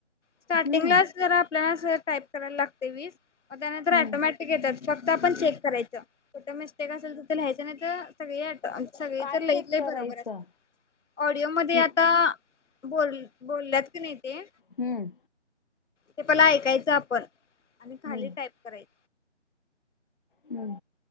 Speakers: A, on the left; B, on the left.
A: स्टार्टिंगला
B: हम्म
A: जरा आपल्याला टाईप करायला लागतय वीस, म त्यानंतर
B: हम्म
A: ऑटोमॅटिक येत्यात फक्त आपण चेक करायचंय कुठे मिस्टेक असेल तिथ लिहायचं नाय तर सगळी अटो सगळी
B: काय
A: तर लई
B: चेक
A: तर लई
B: करायचं
A: बरोबर असत्यात. ऑडिओमध्ये
B: हम्म
A: आता बोल बोलल्यात की नाई ते
B: हम्म
A: ते पला ऐकायचं आपण आणि खाली
B: हम्म
A: टाईप करायच.
B: हम्